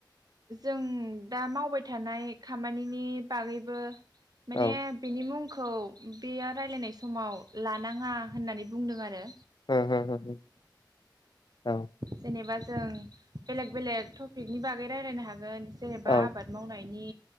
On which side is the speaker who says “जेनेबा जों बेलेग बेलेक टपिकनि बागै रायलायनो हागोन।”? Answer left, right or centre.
Right